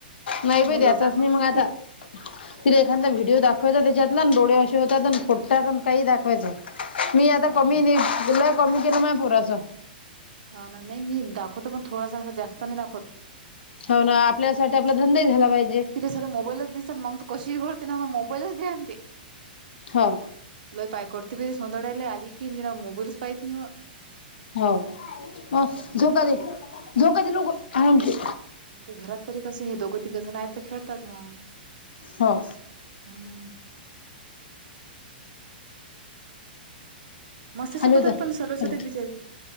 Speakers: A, on the left; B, on the right.
A: नाही बाई द्यायचाच
B: लोटांगणच
A: नाही मग आता.
B: घेते
A: तिला एखादा व्हिडिओ दाखवायचा त्याच्यातला डोळे असे होतात फोट्टात काही दाखवायचं. ''मी आता
B: हा
A: कमी
B: ना
A: नाही दिलं कमी केलं मा पोराच.
B: हा ना, नाही मी दाखवतो पण थोडासा जास्त नाही दाखवत.
A: हो ना आपल्यासाठी आपला धंदाही झाला पाहिजे.
B: खरं मोबाईलच दिसतात मग कशी लोळते ना मग मोबाईलच दे म्हणते.
A: हो.
B: लय पाय करती सोंधळ्याले आली की निरा मोबाईलस पाहिजे निव्वळ.
A: हाव झोका दे, झोका दे लवकर आराम शिर.
B: ते घरात तरी कसे हे दोघं, तिघं जण आहेत तर खेळतात मग.
A: हो.
B: हम्म. मस्त
A: खाली
B: शिकवतात
A: उतर
B: पण सरस्वतीत बिचारे